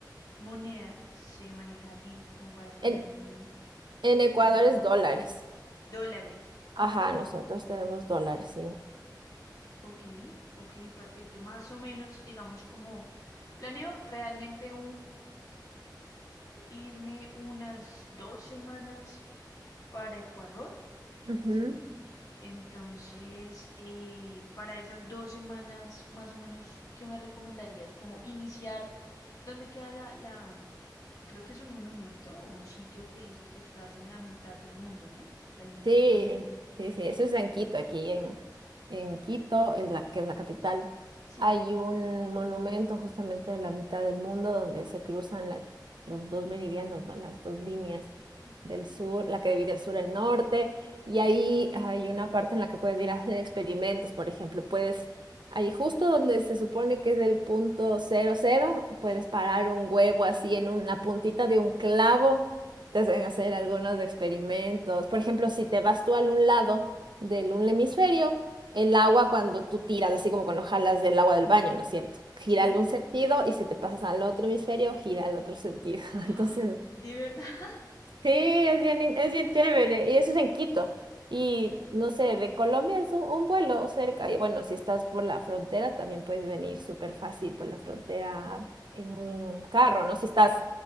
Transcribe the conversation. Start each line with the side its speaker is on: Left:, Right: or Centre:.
Left: moneda se maneja allí, como para también
Right: En,
Left: irme
Right: en Ecuador
Left: cuadrando.
Right: es dólares.
Left: Dólares. Ok,
Right: Ajá, nosotros tenemos dólares, sí.
Left: ok, ok, perfecto. Más o menos, digamos, como planeo realmente irme unas dos semanas para Ecuador,
Right: Ujú.
Left: ¿sí? Entonces, eh, para esas dos semanas, más o menos, ¿qué me recomendarías? Como iniciar, ¿dónde queda la, la, mm, eh, creo que es un monumento o un sitio que dice que estás en la mitad del mundo, ¿no? La línea
Right: Sí,
Left: ecuatoriana.
Right: sí, sí, eso es en Quito, aquí en, en Quito, es la, que es la capital.
Left: Sí.
Right: Hay un monumento justamente de la mitad del mundo donde se cruzan las- los dos meridianos, ¿no? Las dos líneas
Left: Ujú.
Right: del sur, la que divide el sur y el norte, y ahí hay una parte en la que puedes ir a hacer experimentos, por ejemplo, puedes, ahí justo donde se supone que es el punto cero cero, puedes
Left: Sí.
Right: parar un huevo así en un- la puntita de un clavo te hacen hacer algunos experimentos. Por ejemplo, si te vas tú al un lado del un hemisferio, el agua cuando tú tiras, así como cuando jalas del agua del baño, ¿no es cierto? Gira
Left: Sí.
Right: al un sentido
Left: <gasps>
Right: y si te pasas al otro hemisferio, gira al otro sentido.
Left: ¡Ah!
Right: <laughs> Entonces,
Left: ¿De verdad? <laughs>
Right: sí, es
Left: ¡Qué
Right: bien,
Left: loco!
Right: in- es bien chévere. Y eso es en Quito. Y
Left: Oh,
Right: no sé, de Colombia es un, un vuelo cerca. Y bueno, si estás por la frontera, también puedes venir súper fácil por la frontera en un carro, ¿no? Si estás